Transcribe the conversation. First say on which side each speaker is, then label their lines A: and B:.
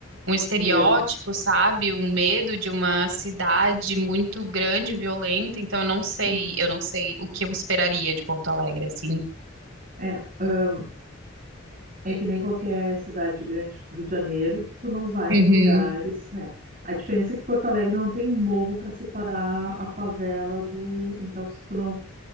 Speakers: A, on the right; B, on the right.
A: um estereótipo,
B: Medo.
A: sabe? Um
B: Uhum,
A: medo de uma cidade muito grande, e violenta. Então eu não sei,
B: uhum.
A: eu não sei o que eu esperaria de Porto Alegre, assim.
B: É, ah, é que nem qualquer cidade grande, tipo Rio de Janeiro, que tu não vai
A: Uhum,
B: em lugares, né? A diferença é que Porto Alegre não tem morro para separar a favela do. Então, se tu não